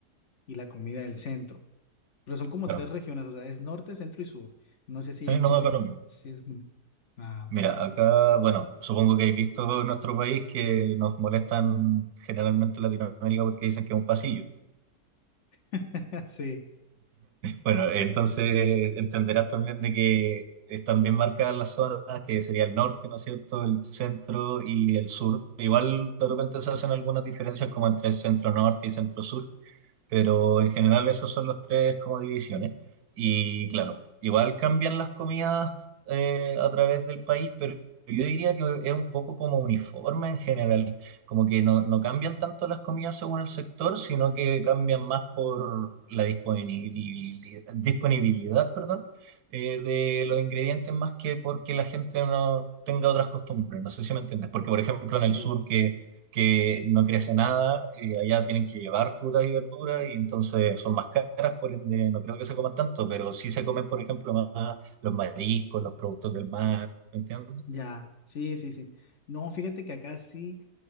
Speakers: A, on the left; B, on the right.
A: y la comida del centro. Pero son como
B: Claro.
A: tres regiones, o sea, es norte, centro y sur. No sé si
B: Sí,
A: ya en
B: no,
A: Chile
B: acá
A: es...
B: lo mismo.
A: si es- Ah,
B: Mira,
A: ok.
B: acá, bueno, supongo que habéis visto en nuestro país que nos molestan generalmente en Latinoamérica porque dicen que es un pasillo.
A: <laughs> Sí,
B: Bueno, entonces entenderás también de que están bien marcadas las zonas, que sería el norte, ¿no es cierto?, el centro y el sur. Igual de repente se hacen algunas diferencias como entre centro-norte y centro-sur, pero en general esos son los tres como divisiones. Y claro, igual cambian las comidas eh, a través del país, pero yo diría que es un poco como uniforme en general, como que no, no cambian tanto las comidas según el sector, sino que cambian más por la disponibilidad, disponibilidad, perdón, eh, de los ingredientes más que porque la gente no tenga otras costumbres. No sé si me entiendes, porque por ejemplo
A: sí,
B: en el sur que que no crece nada, eh, allá tienen que llevar frutas y verduras y entonces son más caras, por ende no creo que se coman tanto, pero sí se comen, por ejemplo, más los mariscos, los productos del mar, ¿me entiendes?
A: ya, sí, sí, sí. No, fíjate que acá sí,